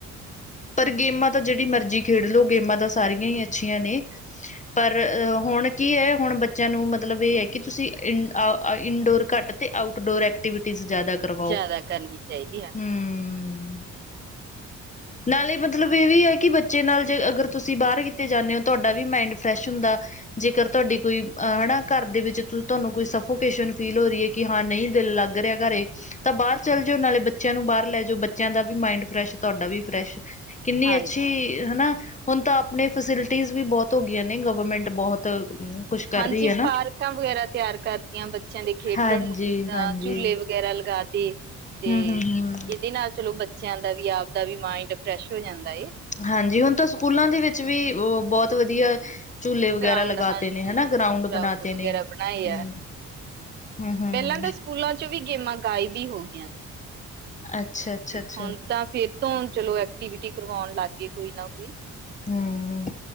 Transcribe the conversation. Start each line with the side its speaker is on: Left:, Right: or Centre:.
Left: ਪਰ ਗੇਮਾਂ ਤਾਂ ਜਿਹੜੀ ਮਰਜ਼ੀ ਖੇਡ ਲਓ, ਗੇਮਾਂ ਤਾਂ ਸਾਰੀਆਂ ਹੀ ਅੱਛੀਆਂ ਨੇਂ। ਪਰ ਅ ਹੁਣ ਕੀ ਏ?, ਹੁਣ ਬੱਚਿਆਂ ਨੂੰ ਮਤਲਬ ਇਹ ਐ ਕਿ ਤੁਸੀਂ ਇਨ ਇ ਆ ਆ ਇਨਡੋਰ ਘੱਟ ਤੇ ਆਊਟਡੋਰ ਐਕਟੀਵਿਟੀਜ਼ ਜਿਆਦਾ ਕਰਵਾਓ।
Right: ਜ਼ਿਆਦਾ ਕਰਨੀ ਚਾਹੀਦੀ ਹਾਂਜੀ
Left: ਹਂ। ਨਾਲੇ ਮਤਲਬ ਇਹ ਵੀ ਐ ਕਿ ਬੱਚੇ ਨਾਲ ਜੇ ਅਗਰ ਤੁਸੀਂ ਬਾਹਰ ਕਿਤੇ ਜਾਂਦੇ ਹੋ, ਤੁਹਾਡਾ ਵੀ ਮਾਇਂਡ ਫਰੈਸ਼ ਹੁੰਦਾ। ਜੇਕਰ ਤੁਹਾਡੀ ਕੋਈ ਹਨਾਂ। ਘਰ ਦੇ ਵਿੱਚ ਤੁਹਾਨੂੰ ਕੋਈ ਸਫੋਕੇਸ਼ਨ ਫੀਲ ਹੋ ਰਹੀ ਐ ਕਿ ਹਾਂ, ਨਈਂ ਦਿਲ ਲੱਗ ਰਿਹਾ ਘਰੇ। ਤਾਂ ਬਾਹਰ ਚੱਲ ਜਾਓ, ਨਾਲੇ ਬੱਚਿਆਂ ਨੂੰ ਬਾਹਰ ਲੈ ਜਾਓ। ਬੱਚਿਆਂ ਦਾ ਵੀ ਮਾਇੰਡ ਫਰੈਸ਼ ਤੁਹਾਡਾ ਵੀ ਫਰੈਸ਼। ਕਿੰਨੀ
Right: ਹਾਂਜੀ
Left: ਅੱਛੀ ਹਨਾਂ। ਹੁਣ ਤਾਂ ਆਪਣੇ ਫੈਸਿਲਿਟੀਜ਼ ਵੀ ਬਹੁਤ ਹੋ ਗਈਆਂ ਨੇਂ, ਗਵਰਮੈਂਟ ਬਹੁਤ ਕੁਛ
Right: ਹਾਂਜੀ
Left: ਕਰ ਰਹੀ ਹੈ ਨਾ
Right: ਪਾਰਕਾਂ ਵਗੈਰਾ ਤਿਆਰ ਕਰਤੀਆਂ ਬੱਚਿਆਂ ਦੇ ਖੇਡਣ
Left: ਹਾਂਜੀ
Right: ਨੂੰ ਅ ਝੂਲੇ
Left: ਹਾਂਜੀ
Right: ਵਗ ਵਗੈਰਾ ਲਗਾ ਤੇ, ਤੇ
Left: ਹਮ ਹਮ ਹਮ
Right: ਦੇ ਨਾਲ ਚਲੋ ਬੱਚਿਆਂ ਦਾ ਵੀ, ਆਪ ਦਾ ਵੀ ਮਾਇੰਡ ਫਰੈਸ਼ ਹੋ ਜਾਂਦਾ ਏ।
Left: ਹਾਂਜੀ, ਹੁਣ ਤਾਂ ਸਕੂਲਾਂ ਦੇ ਵਿੱਚ ਵੀ ਉਹ ਬਹੁਤ ਵਧੀਆ ਝੂਲੇ ਵਗੈਰਾ
Right: ਗਰਾਊਂਡ
Left: ਲਗਾਤੇ
Right: ਹਾਂਜੀ
Left: ਨੇਂ ਹਨਾਂ! ਗਰਾਊਂਡ ਬਣਾਤੇ
Right: ਵਗੈਰਾ
Left: ਨੇਂ। ਹਂ।
Right: ਬਣਾਏ ਆ
Left: ਹਂ, ਹਂ।
Right: ਪਹਿਲਾਂ ਤਾਂ ਸਕੂਲਾਂ ਚ ਵੀ ਗੇਮਾਂ ਗਾਇਬ ਈ ਹੋ ਗਈਆਂ ਸੀ।
Left: ਅੱਛਾ ਅੱਛਾ ਅੱਛਾ
Right: ਹੁਣ ਤਾਂ ਫੇਰ ਤੋਂ ਚਲੋ ਐਕਟੀਵਿਟੀ ਕਰਵਾਉਣ ਲੱਗ ਗਏ ਕੋਈ ਨਾਂ ਕੋਈ।
Left: ਹਂ